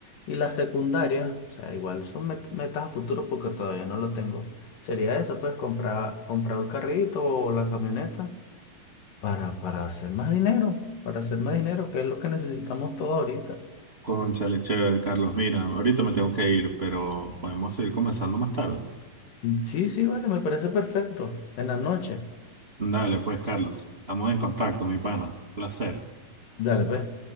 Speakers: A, on the left; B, on the right.
A: Y la secundaria, o sea, igual son met- metas a futuro porque todavía no lo tengo. Sería eso, pues comprar, comprar el carrito o la camioneta para, para hacer más dinero, para hacer más dinero, que es lo que necesitamos todos ahorita.
B: Cónchale, chévere, Carlos. Mira, ahorita me tengo que ir, pero podemos seguir conversando más tarde.
A: Sí, sí, vale, me parece perfecto. En la noche.
B: Dale, pues, Carlos. Estamos en contacto, mi pana. Placer.
A: Dale, pues.